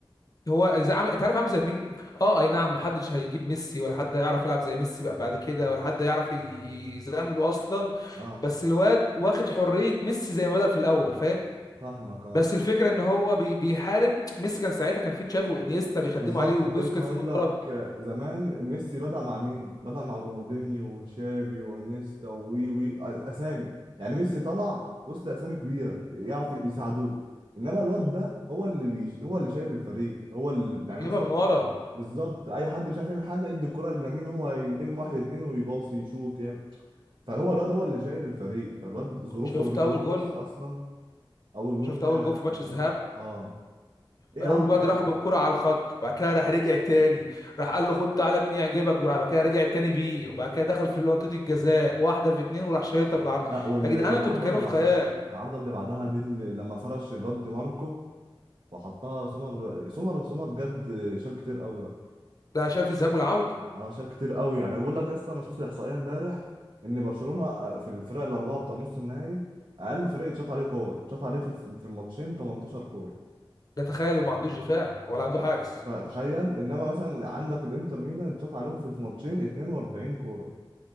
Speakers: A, on the left; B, on the right.
A: هو زي عامل انت عارف عامل زي مين اه اي نعم محدش هيجيب ميسي ولا حد هيعرف يلعب زي ميسي بقى بعد كده ولا حد يعرف يزامله اصلا
B: اه
A: بس الواد واخد حرية ميسي زي ما بدأ في الاول فاهم
B: فاهمك أه
A: بس الفكرة ان هو بي بيحارب ميسي كان ساعتها كان في تشافي وانيستا بيخدموا
B: بالظبط
A: عليه وبيسكتس
B: كنت لسه هقول
A: من
B: لك
A: ورا
B: آه، زمان ميسي بدأ مع مين؟ بدأ مع رونالدينيو وتشافي وانيستا ووي وي آه، اسامي يعني ميسي طلع وسط اسامي كبيره يعرف يساعدوه انما الواد ده هو اللي بيش... هو اللي شايل الفريق هو اللي يعني
A: بيجيبها
B: مثلا
A: من ورا
B: بالظبط اي حد مش عارف يعمل حاجه يدي الكره للامين هو يلم واحد اتنين ويباصي يشوط يعمل فهو الواد هو اللي شايل الفريق فالواد ظروفه
A: شفت
B: غير ظروف
A: اول جون
B: ميسي اصلا اول جون
A: شفت اول جون في ماتش الذهاب
B: اه ايه
A: راح-
B: يا عم
A: الواد
B: ده
A: راح بالكرة على الخط بعد كده راح رجع تاني راح قال له خد تعالى مين يعجبك وراح بعد كده رجع تاني بيه وبعد كده دخل في منطقة الجزاء واحدة في اتنين وراح شايطها في العرض
B: لا وال...
A: يا جدعان
B: والعارضه
A: انتوا بتتكلموا
B: اللي بعدها
A: في خيال
B: العارضه اللي بعدها دي اللي لما فرش الواد دي ماركو وحطها سمر سمر سمر بجد شال كتير قوي يعني
A: ده شايف الذهاب والعودة
B: اه شال كتير قوي يعني بقول لك يا اسطى انا شفت الاحصائيه امبارح ان برشلونه آه، في الفرق الاربعه بتاع نص النهائي اقل فريق اتشاط عليه كور اتشاط عليه في الف- في الماتشين 18 كور
A: ده تخيل وما عندوش دفاع ولا عنده
B: ف-
A: حارس
B: فتخيل انما مثلا عندك الانتر ميلان اتشاط عليهم في الماتشين 42 كوره